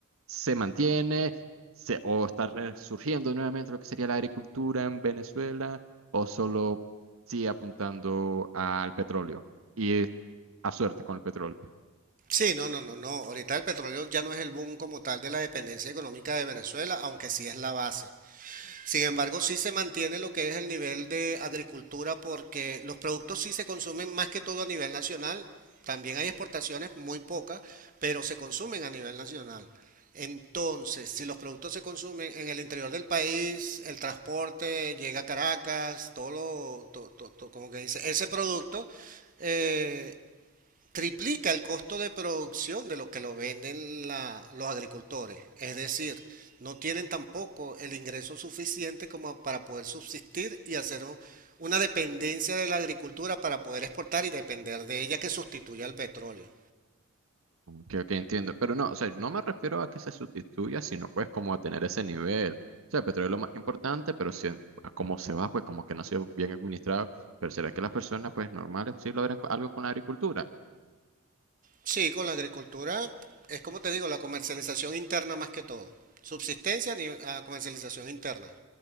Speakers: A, on the right; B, on the right.
A: se mantiene, se, o está resurgiendo nuevamente lo que sería la agricultura en Venezuela, o solo sigue apuntando al petróleo y a suerte con el petróleo.
B: Sí, no, no, no, no. Ahorita el petróleo ya no es el boom como tal de la dependencia económica de Venezuela, aunque sí es la base. Sin embargo, sí se mantiene lo que es el nivel de agricultura porque los productos sí se consumen más que todo a nivel nacional. También hay exportaciones muy pocas, pero se consumen a nivel nacional. Entonces, si los productos se consumen en el interior del país, el transporte llega a Caracas, todo lo, to- to- to- como que dice, ese producto eh, triplica el costo de producción de lo que lo venden la- los agricultores. Es decir, no tienen tampoco el ingreso suficiente como para poder subsistir y hacer un- una dependencia de la agricultura para poder exportar y depender de ella que sustituya al petróleo.
A: Que, ok, entiendo, pero no, o sea, no me refiero a que se sustituya, sino pues como a tener ese nivel. O sea, el petróleo es lo más importante, pero si, a cómo se va, pues como que no ha sido bien administrado. Pero ¿será que las personas pues normales sí logran co- algo con la agricultura?
B: Sí, con la agricultura es como te digo, la comercialización interna más que todo. Subsistencia ni a comercialización interna.